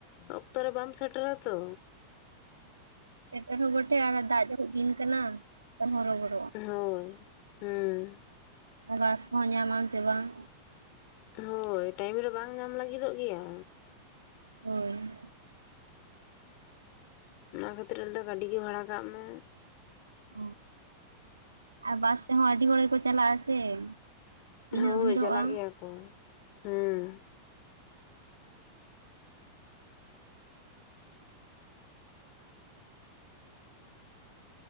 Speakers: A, on the left (about 45°); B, on the right (about 75°).
A: ᱚᱠᱛᱚ ᱨᱮ ᱵᱟᱢ ᱥᱮᱴᱮᱨᱟ ᱛᱚ
B: ᱥᱮᱴᱮᱨ ᱦᱚᱸ ᱵᱚᱴᱷᱮ ᱟᱨ ᱫᱟᱜ ᱡᱚᱨᱩᱜ ᱫᱤᱱ ᱠᱟᱱᱟ ᱵᱟᱠᱷᱟᱱ ᱦᱚᱨᱚᱵᱚᱨᱚ
A: ᱦᱳᱭ ᱦᱮᱸ
B: ᱟᱨ ᱵᱟᱥ ᱠᱚᱦᱚᱸ ᱧᱟᱢᱟᱢ ᱥᱮ ᱵᱟᱝ
A: ᱦᱳᱭ ᱴᱟᱭᱤᱢ ᱨᱮ ᱵᱟᱝ ᱧᱟᱢ ᱞᱟᱹᱜᱤᱫᱚᱜ ᱜᱮᱭᱟ
B: ᱦᱳᱭ
A: ᱚᱱᱟ ᱠᱷᱟᱹᱛᱤᱨ ᱞᱟᱹᱭ ᱫᱚ ᱜᱟᱹᱰᱤ ᱜᱮ ᱵᱷᱟᱲᱟ ᱠᱟᱜ ᱢᱮ
B: ᱦᱚᱸ ᱟᱨ ᱵᱟᱥ ᱛᱮᱦᱚᱸ ᱟᱹᱰᱤ ᱦᱚᱲ ᱜᱮᱠᱚ ᱪᱟᱞᱟᱜᱼᱟ ᱥᱮ ᱛᱤᱱᱟᱹᱜ
A: ᱦᱳᱭ
B: ᱵᱷᱤᱲᱚᱜᱼᱟ
A: ᱪᱟᱞᱟᱜ ᱜᱮᱭᱟ ᱠᱚ ᱦᱩᱸ